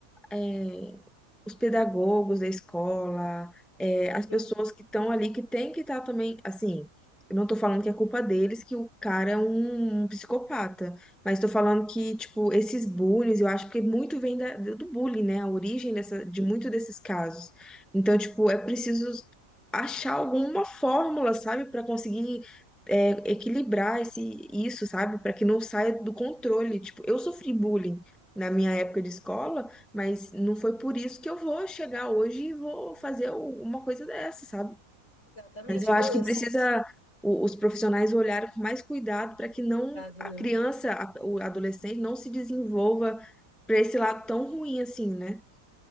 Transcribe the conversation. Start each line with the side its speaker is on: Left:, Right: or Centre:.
Centre: é, os pedagogos da escola, é, as pessoas
Left: Uhum.
Centre: que estão ali, que tem que estar também, assim, eu não tô falando que é culpa deles, que o cara é um, um psicopata, mas tô falando que, tipo, esses bullies, eu acho que muito vem da- do bullying, né, a origem dessa, de muito desses casos. Então, tipo, é preciso achar alguma fórmula, sabe, para conseguir é, equilibrar esse, isso, sabe, para que não saia do controle. Tipo, eu sofri bullying na minha época de escola, mas não foi por isso que eu vou chegar hoje e vou fazer u- uma coisa dessa, sabe?
Left: Exatamente.
Centre: Mas eu acho
Left: Não,
Centre: que
Left: esse
Centre: precisa o- os profissionais olharem com mais cuidado para que não
Left: cuidado,
Centre: a
Left: né?
Centre: criança, a- o adolescente, não se desenvolva para esse lado tão ruim assim, né?